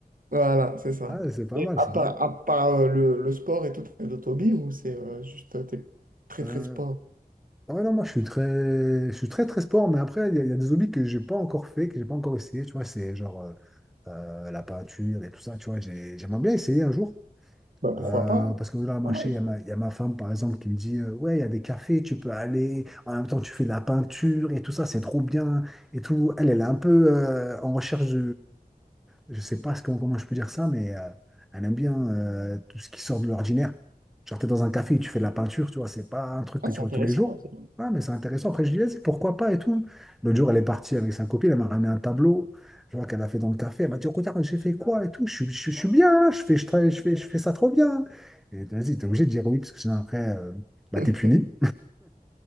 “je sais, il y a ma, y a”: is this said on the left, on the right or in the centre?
Centre